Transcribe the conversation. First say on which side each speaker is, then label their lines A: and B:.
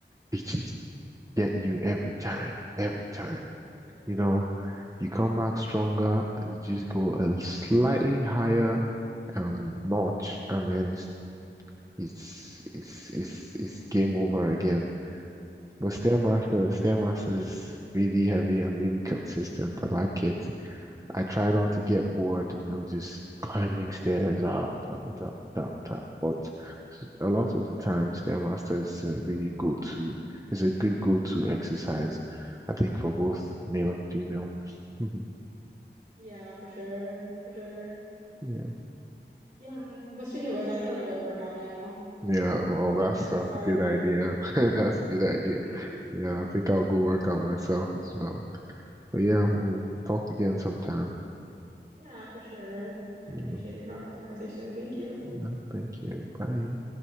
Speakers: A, on the right (about 20°); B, on the right (about 45°).
A: it just get you every time, every time.
B: Yeah,
A: You know, you come back stronger, you just go a slightly higher um notch, and then s- it's it's it's it's game over again. But Stairmaster,
B: yeah,
A: Stairmaster is really heavy and really consistent. I like it. I try not to get bored, you know, just climbing stairs up, up, up, up, up. But s- a lot of the time, Stairmaster is a really go-to, It's a good go-to exercise, I think, for both male and female. <laughs>
B: yeah, for sure, for sure.
A: Yeah.
B: Yeah. But speaking of which, I think I'm gonna go and work out now.
A: Yeah, well, that's
B: You kind of
A: that's
B: inspired
A: a good
B: me.
A: idea. <laughs> That's a good idea.
B: <laughs>
A: Yeah, I think I'll go work
B: You
A: out
B: kind
A: myself
B: of inspired me.
A: as well. But yeah, we'll talk again sometime.
B: Yeah, for sure. I
A: You
B: appreciate
A: know.
B: your conver the conversation. Thank you.
A: Yeah, Thank you. Bye.